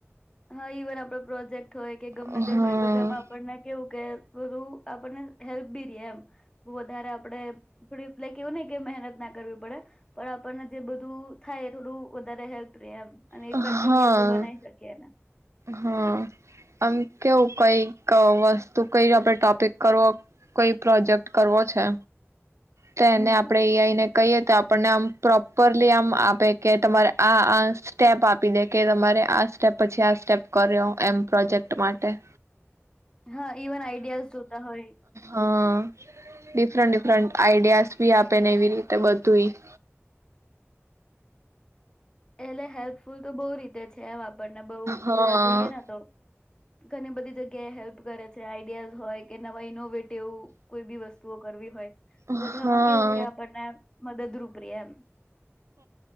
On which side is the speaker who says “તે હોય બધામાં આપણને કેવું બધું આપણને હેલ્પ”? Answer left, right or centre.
Left